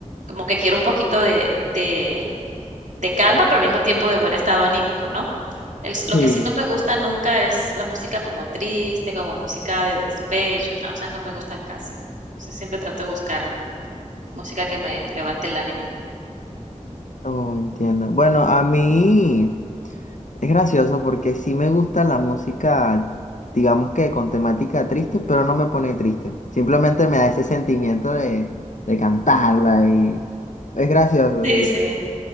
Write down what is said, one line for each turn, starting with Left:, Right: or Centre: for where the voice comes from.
Right: como que quiero un poquito de, de, de calma, pero al mismo tiempo de buen estado anímico, ¿no? El s- lo
Left: Sí,
Right: que sí no me gusta nunca es la música como triste, como música de despecho, ah, o sea, no me gustan casi. O sea, siempre trato de buscar música que me levante el ánimo.
Left: oh, entiendo. Bueno, a mí es gracioso porque sí me gusta la música, digamos que con temática triste, pero no me pone triste. Simplemente me da ese sentimiento de, de cantarla y es gracioso,
Right: Sí,
Left: sí.
Right: sí,